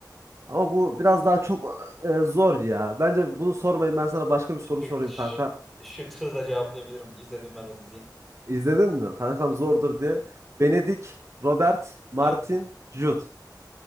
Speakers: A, on the right; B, in the centre.
A: Ama bu biraz daha çok e, zor ya. Bence bunu sormayın. Ben sana başka bir soru
B: Şık,
A: sorayım
B: ş-
A: kanka.
B: şıksız da cevaplayabilirim. İzledim ben o diziyi.
A: İzledin mi? Kankam zordur diye.
B: Evet.
A: Benedict, Robert, Martin,
B: Evet.
A: Jude.